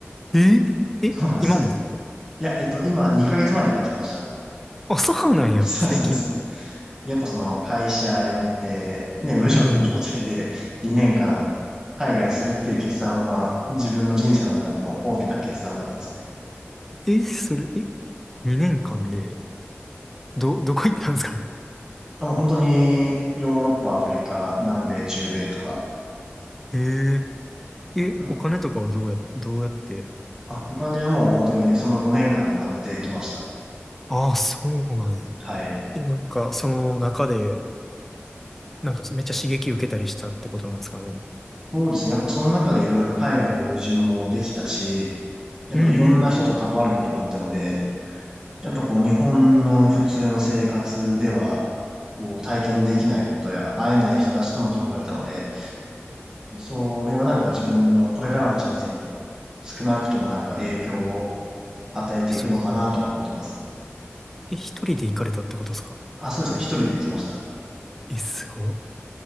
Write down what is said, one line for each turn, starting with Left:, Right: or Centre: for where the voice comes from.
Centre: ええ、
Right: そうなんですよ。
Centre: 今もですか
Right: いや、えっと、今2ヶ月前に帰ってきました。
Centre: あ、そうなんや、
Right: <laughs> そうです、
Centre: 最近。
Right: そうです。でやっぱその会社辞めて、ね、無職の状態で2年間海外するっていう決断は自分の人生の中でも大きな決断だったですね。
Centre: うんうん。え、それ、え、2年間で、ど、<laughs> どこ行ったんですか
Right: あ、もう本当にヨーロッパ、アフリカ、南米、中米とか。
Centre: えええ、
Right: うん
Centre: お金とかはどうや、どうやって。
Right: あ、お金はもう本当にその5年間で貯めていきました。
Centre: ああ、そうなんや。
Right: はい。
Centre: え、なんか、その中で、なんかめっちゃ刺激受けたりしたってことなんですかね。
Right: そうですね。やっぱその中でいろいろ海外の友人もできたし、やっぱいろんな人と関わることがあったので、
Centre: うんうん。
Right: やっぱこう日本の普通の生活では、こう体験できないことや会えない人たちとも関われたので、それはなんか自分のこれからの人生に少なくともなんか影響を与えていくのかなとは思ってます。
Centre: そうですよね。え、一人で行かれたってことですか
Right: あ、そうですね。一人で行きました。
Centre: え、すごっ。